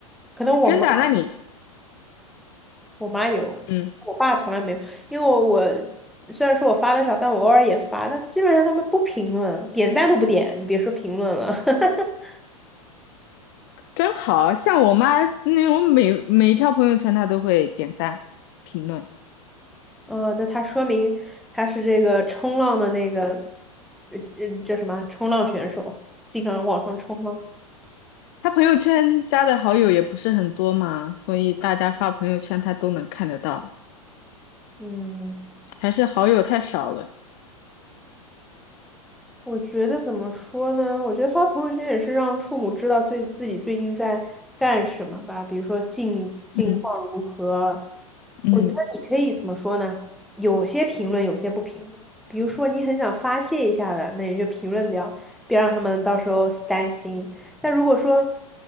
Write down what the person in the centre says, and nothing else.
可能我妈
我妈有，
我爸从来没有，因为我我虽然说我发的少，但我偶尔也发，但基本上他们不评论，点赞都不点，你别说评论了。<laughs>
呃，那他说明他是这个冲浪的那个，呃呃，叫什么啊？冲浪选手，经常往上冲吗？
嗯。
我觉得怎么说呢？我觉得发朋友圈也是让父母知道最自己最近在干什么吧，比如说近近况如何。
我觉得你可以怎么说呢？有些评论，有些不评论。比如说你很想发泄一下的，那你就评论掉，别让他们到时候担心。但如果说，